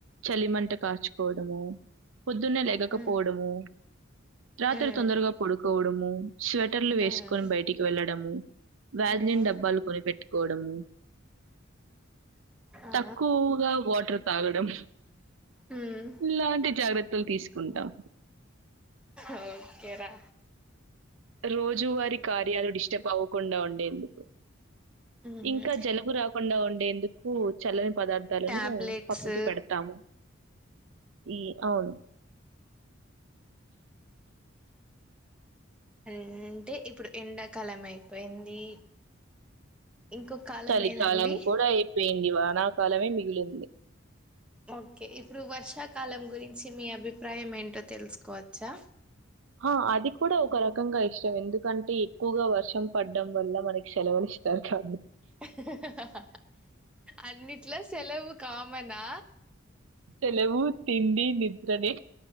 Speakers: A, on the right (about 75°); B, in the centre.
A: చలిమంట కాచుకోవడము పొద్దున్నే లేగకపోవడము
B: మ్మ్
A: రాత్రి
B: మ్మ్
A: తొందరగా పడుకోవడము స్వెటర్లు వేసుకొని
B: మ్మ్
A: బయటికి వెళ్లడము వ్యాజలైన్
B: మ్మ్
A: డబ్బాలు కొనిపెట్టుకోవడము
B: ఆ
A: తక్కువగా వాటర్ తాగడం
B: మ్మ్
A: ఇలాంటి జాగ్రత్త లు తీసుకుంటాం
B: ఓకేరా
A: రోజువారి కార్యాలు డిస్టర్బ్ అవ్వకుండా ఉండేందుకు
B: మ్మ్
A: ఇంకా జలుబు రాకుండా ఉండే కు చల్లని పదార్థాలను
B: టాబ్లెట్స్
A: పక్కకి పెడతాము ఈ అవును
B: అంటే ఇప్పుడు ఎండాకాలం అయిపోయింది ఇంకో కాలం
A: చలికాలం
B: ఏదండి
A: కూడా అయిపోయింది వానాకాలమే మిగిలింది
B: ఓకే ఇప్పుడు వర్షాకాలం గురించి మీ అభిప్రాయం ఏంటో తెలుసుకోవచ్చా
A: హా అది కూడా ఒక రకంగా ఇష్టం ఎందుకంటే ఎక్కువగా వర్షం పడ్డం వల్ల మనకి శెలవుల్ ఇస్తార్గా
B: హహహ అన్నిట్లా సేలవు కామనా
A: సెలవు తిండి నిద్రనే